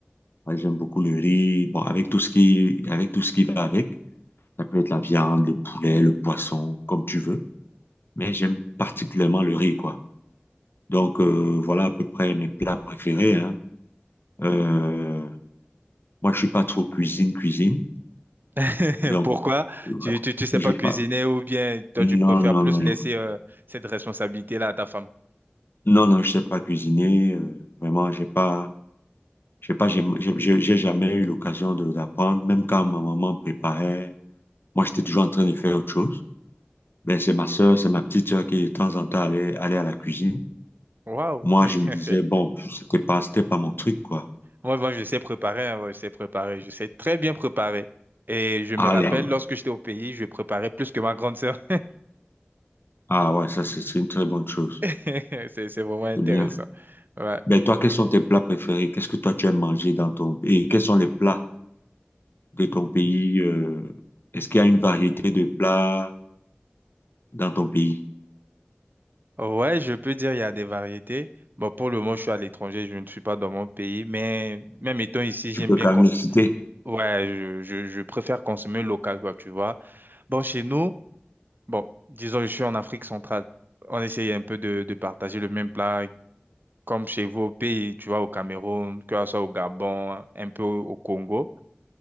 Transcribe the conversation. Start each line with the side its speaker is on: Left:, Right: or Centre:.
Left: Ouais, j'aime beaucoup le riz. Bon, avec tout ce qui, avec tout ce qui va avec. Ça peut être la viande, le poulet, le poisson, comme tu veux. Mais j'aime particulièrement le riz, quoi. Donc, euh, voilà à peu près mes plats préférés, hein. Euh, moi, je suis pas trop cuisine, cuisine.
Right: <laughs>
Left: Et donc,
Right: Pourquoi?
Left: ouais,
Right: Tu, tu, tu sais
Left: j'ai
Right: pas cuisiner
Left: pas.
Right: ou bien toi
Left: Non,
Right: tu préfères
Left: non,
Right: plus
Left: non, non.
Right: laisser euh, cette responsabilité-là à ta femme?
Left: Non, non, je sais pas cuisiner. euh, vraiment, j'ai pas. J'ai pas, j'ai j'ai- j'ai- j'ai jamais eu l'occasion de d'apprendre. Même quand ma maman préparait, moi, j'étais toujours en train de faire autre chose. Ben, c'est ma sœur, c'est ma petite sœur qui, de temps en temps, allait, allait à la cuisine.
Right: Waouh.
Left: Moi,
Right: <laughs>
Left: je me disais, bon, c'était pas, c'était pas mon truc, quoi.
Right: Moi, moi, je sais préparer, hein, ouais, je sais préparer, je sais très bien préparer. Et je me
Left: Ah
Right: rappelle,
Left: là,
Right: lorsque j'étais au pays, je préparais plus que ma grande sœur.
Left: ah ouais, ça, c'est c'est une très bonne chose.
Right: <laughs> C'est, c'est vraiment intéressant.
Left: C'est bien.
Right: Ouais.
Left: Ben, toi, quels sont tes plats préférés? Qu'est-ce que toi, tu aimes manger dans ton... Et quels sont les plats de ton pays, euh, est-ce qu'il y a une variété de plats dans ton pays?
Right: Ouais, je peux dire il y a des variétés. Bon, pour le moment, je suis à l'étranger, je ne suis pas dans mon pays, mais même étant ici,
Left: Tu
Right: j'aime
Left: peux
Right: bien
Left: quand
Right: cons-
Left: même les citer?
Right: Ouais, je, je, je préfère consommer local, quoi, tu vois. Bon, chez nous, bon, disons, je suis en Afrique centrale. On essaye un peu de, de partager le même plat comme chez vous au pays, tu vois, au Cameroun, que ce soit au Gabon, un peu au au Congo.